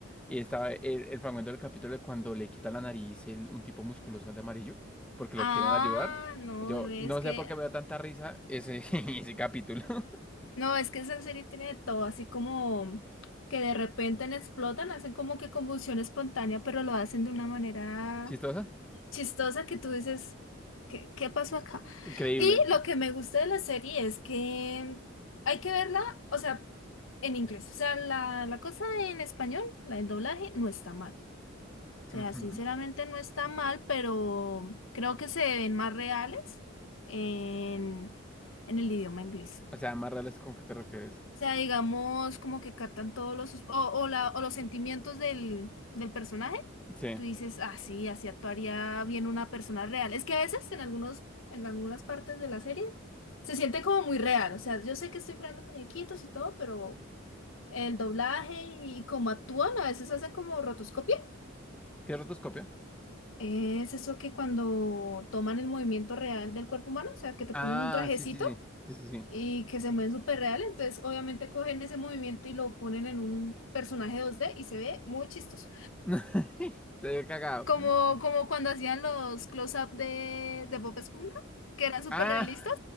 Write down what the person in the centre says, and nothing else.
y estaba el, el fragmento del capítulo de cuando le quita la nariz el- un tipo musculoso al de amarillo, porque
lo quieren ayudar.
Yo
no
sé por qué me da tanta risa ese, <laughs> ese capítulo. <laughs>
¿Chistosa?
Increíble.
Ujú.
O sea, más reales con qué te refieres.
Sí.
¿Qué es rotoscopia?
Ah,
sí, sí, sí. Sí, sí, sí.
<laughs> Te he cagado.
Ah.